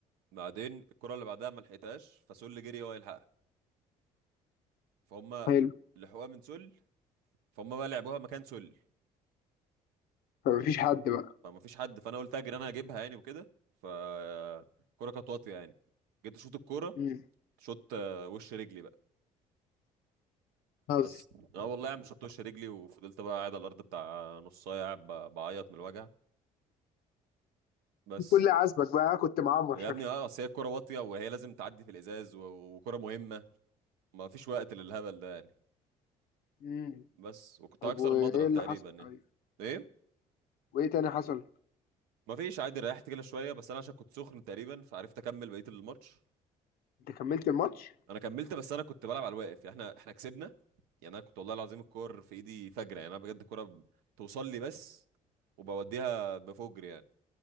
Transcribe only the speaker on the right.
بعدين الكرة اللي بعدها ما لحقتهاش فسل جري هو يلحقها فهم
لحقوها من سل فهم بقى لعبوها مكان سل
فما فيش حد فانا قلت اجري انا اجيبها يعني وكده فالكرة كانت واطية يعني جيت اشوط الكرة
شوت آه، وش رجلي بقى
بس اه والله يا عم شوت وش رجلي وفضلت بقى قاعد على الارض بتاع نص ساعه قاعد ب- بعيط من الوجع بس
يا
ابني اه اصل هي الكوره واطيه وهي لازم تعدي في الازاز و- وكوره مهمه ما فيش وقت للهبل ده يعني
بس وكنت
هكسر
المضرب
تقريبا
يعني
ايه
ما فيش عادي ريحت كده شويه بس انا عشان كنت سخن تقريبا فعرفت اكمل بقيه الماتش
انا كملت بس انا كنت بلعب على الواقف يعني. احنا احنا كسبنا يعني انا كنت والله العظيم الكور في ايدي فجره يعني انا بجد الكوره ب- توصل لي بس وبوديها بفجر يعني